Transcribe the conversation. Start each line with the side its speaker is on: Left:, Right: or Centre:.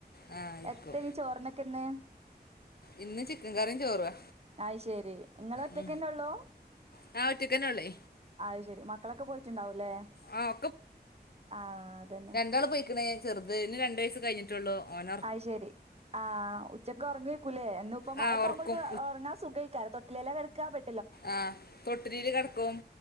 Left: ആ ആയിക്കോ
Right: എത്തനി ചോറിനൊക്കെന്ന്.
Left: ഇന്ന് ചിക്കൻ കറിയും ചോറവാ.
Right: അയ് ശരി ഇങ്ങള് ഒറ്റക്കന്നെ
Left: ഉ
Right: ഉള്ളൂ
Left: ഞാൻ ഒറ്റക്കന്നേ ഉള്ളേ.
Right: അത് ശരി മക്കളൊക്കെ പോയിട്ടുണ്ടാവും ല്ലേ,
Left: ആ
Right: ആഹ്, അത ന്നെ
Left: എന്താണ് പോയിക്കണേ? ചെറുതിന് രണ്ട് വയസ് കഴി് ട്ടുള്ളു ഓന
Right: അത് ശരി, ആഹ് ഉച്ചക് ഉറങ്ങ ക്കൂലേ? എന്നും ഇപ്പ മഴക്ക
Left: ആ ഒറക്കും
Right: ആവുംമ്പോൾ ഉറങ്ങാൻ സുഖമായിരിക്കും. തൊ ട്ടിലേല കിടക്ക ബെ
Left: ആഹ്, തൊട്ടലില് കിടക്കും